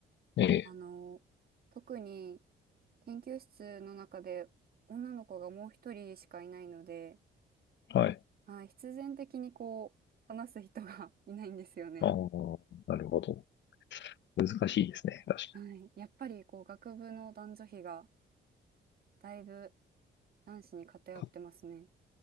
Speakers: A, on the left; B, on the right.
A: ええ、
B: あの、特に研究室の中で女の子がもう一人しかいないので、
A: はい。
B: はい、必然的にこう、話す人が <laughs> いないんですよね。
A: ああ、なるほど。難しいですね。確
B: はい、やっぱりこう、学部の男女比がだいぶ男子に偏ってますね。
A: かに。